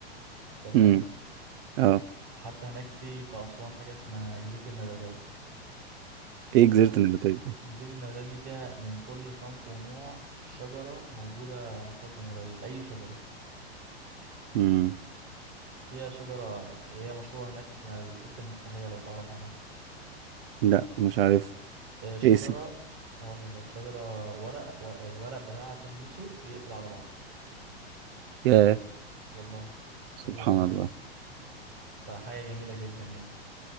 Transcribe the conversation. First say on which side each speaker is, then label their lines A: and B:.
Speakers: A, on the right (about 45°); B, on the right (about 60°).
A: انت فاهم
B: امم اه
A: حتى هناك في في اسوان حاجة اسمها جزيرة النباتات
B: ايه
A: تحفة
B: جزيرة النباتات دي
A: جزيرة النباتات دي فيها من كل صنف ونوع شجرة موجودة على مستوى الجمهورية أي شجرة
B: امم
A: فيها شجرة إيه هي مشهورة هناك اسمها الست المستحية لو تعرف عنها
B: لا مش عارف
A: آه، شجرة
B: ايه سي
A: هقول لك هو شجرة ورق و- الورق بتاعها تلمسه يقفل على بعض
B: يا
A: والله
B: سبحان
A: هي
B: الله
A: فحاجة جميلة جدا يعني